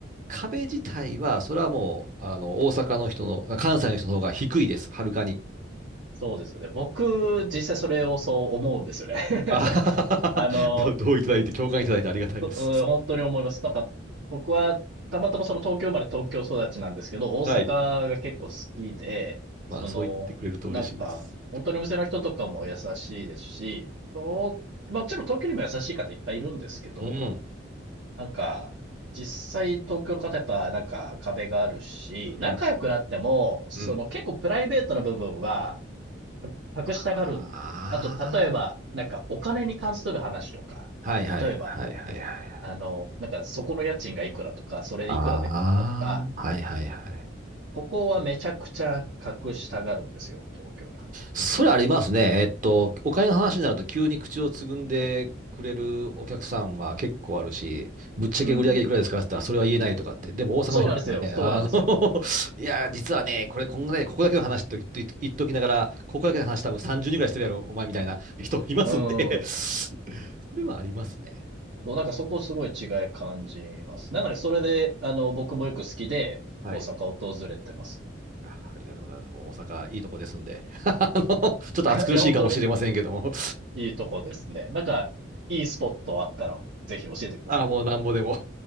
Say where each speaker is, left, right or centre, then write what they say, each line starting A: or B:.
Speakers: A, on the right; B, on the right.
A: 壁自体は、それはもう、あの、大阪の人の、関西の人の方が低いです。はるかに。
B: そうですよね。僕、実際それをそう思うんですよね。
A: あはははどう、
B: <laughs> あの、
A: どういただいて、共感いただいてありがたいです。
B: う本当に思います。なんか、僕は、たまたまその東京生まれ東京育ちなんですけど、大阪が結構好きで、
A: はい。まあ、
B: その、
A: そう言ってくれると嬉しいです。
B: なんか、本当にお店の人とかも優しいですし、と、まあもちろん東京にも優しい方いっぱいいるんですけど、
A: うん。
B: なんか、実際東京の方やっぱなんか壁があるし、
A: うん。
B: 仲良くなっても、その結構プライベートな部分は、
A: うん。
B: 隠したがるんですよね。
A: あ
B: あと、例えば、なんかお金に関する話とか、
A: あ。はいはいはいはいはい。
B: 例えば、あの、なんかそこの家賃がいくらとか、それいくらで買ったとか、
A: ああ。はいはいはい。
B: ここはめちゃくちゃ隠したがるんですよ、東京の方。
A: それありますね。えっと、お金の話になると急に口をつぐんでくれるお客さんは結構あるし、ぶっちゃけ売り上げいくらですかって言ったらそれは言えないとかって。
B: うん。
A: でも大阪の人がね、
B: そうなんですよ、そうなんですよ。
A: あの <laughs> いや、実はね、これこんなね、ここだけの話と言っと言っときながら、ここだけの話多分30人ぐらいしてるやろ、お前みたいな人いますんで
B: うん。
A: <laughs> それはありますね。
B: そう、なんかそこすごい違い感じますね。なんかそれで、あの、僕もよく好きで、
A: はい。
B: 大阪を訪れてます。
A: あ、ありがとうございます。もう大阪いいとこですんで。<laughs> あの、ちょっと暑苦しいかもしれませんけども。
B: <laughs> いや、本当にいいとこですね。なんか、いいスポットあったら、ぜひ教えてください。
A: <laughs> あ、もうなんぼでも